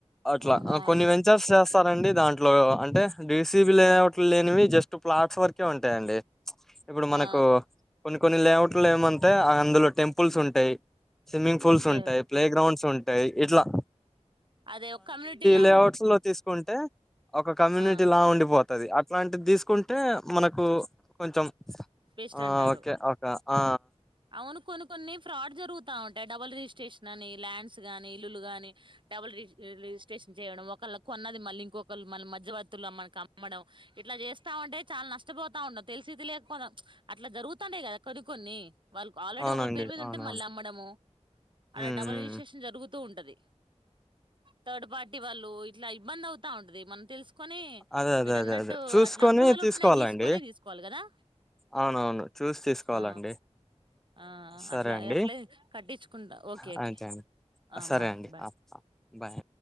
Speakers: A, in the centre; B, on the right.
A: అట్లా
B: ఆహా
A: వెంచర్స్ చేస్తారంండి దాంట్లో అంటే డీసీబి లేట్లు లేనివి జస్ట్ ప్లాట్స్ వరకే ఉంటాయండి ఇప్పుడు మనకు
B: ఆ
A: కొన్ని కొన్ని లేఅట్లు ఏమంటాయి అందులో టెంపుల్స్ ఉంటాయి స్విమింగ్ పూల్స్
B: ఓకే
A: ఉంటయి ప్లేగ్రౌంస్ ఉంటాయి ఎట్లా
B: అదే ఒక కమ్యూనిటీలా
A: లేఅట్స్ లో తీసుకుంటే ఒక కమ్యూనిటీ
B: ఆ
A: లా ఉండిపోతుంది అట్లాంటి తీసుకుంటే మనకు కు కొంచెం
B: బెస్ట్
A: ఆ
B: అంటారు.
A: ఓకే ఒక ఆ
B: అవును కొన్ని కొన్ని ఫ్రాడ్ జరుగుతు ఉంటాయి. డబుల్ రిజిస్ట్రేషన్ అని లాండ్స్ గానీ ఇల్లులు గాని డబుల్ రిజిస్ రిజిస్ట్రేషన్ చేయడం. ఒకళ్ళ కొన్నది మళ్ళీ ఇంకొకలు మన మధ్యవర్తులు మనకి అమ్మడం. ఇట్లా చేస్తా ఉంటే చాలా నష్టపోతా ఉంటాం. తెలిసీ తెలియకపోతాం అట్లా జరుగుతండే కదా కొన్ని కొన్ని వాళ్ ఆల్రెడీ
A: అవునండి
B: ఒకళ పేరు మీద
A: అవునవును
B: ఉంటే మళ్ళీ అమ్మడం. అడ
A: ఉమ్
B: డబుల్
A: ఉమ్
B: రిజిస్ట్రేషన్ జరుగుతూ ఉంటది. థర్డ్ పార్టీ వాళ్ళు ఇట్లా ఇబ్బంది అవుతా ఉంటది. మనం తెలుసుకో కొని
A: అదే అదే
B: మీరు అన్నట్టు
A: అదే అదే చూసుకొని
B: అట్లా అప్రూవల్
A: తీసుకోవాలండి
B: ఉన్నాయి. తీసుకొని తీసుకోవాలి. కదా
A: అవునవును చూసి తీసుకోవాలండి.
B: ఆ ఆ
A: సరే
B: అట్లా
A: అండి.
B: అట్లే కట్టించుకుంటా ఓకే
A: థాంక్యూ
B: ఓకే
A: అండి.
B: ఆ
A: సరే
B: బాయ్
A: అండి.
B: Bye
A: bye